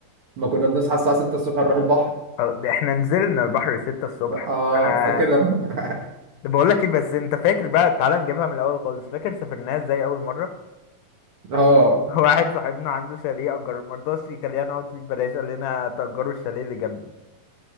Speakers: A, on the right; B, on the left.
A: ما كنا بنصحى الساعه 6 الصبح نروح البحر
B: آه، احنا نزلنا البحر ستة الصبح
A: اه
B: انا
A: فاكر لما <laughs>
B: بقول لك ايه بس انت فاكر بقى تعالى نجيبها من الاول خالص فاكر سافرناها ازاي اول مره
A: اه
B: <laughs> واحد صاحبنا عنده شاليه اجر ما رضاش يخلينا نقعد فيه ببلاش قال لنا تأجروا الشاليه اللي جنبي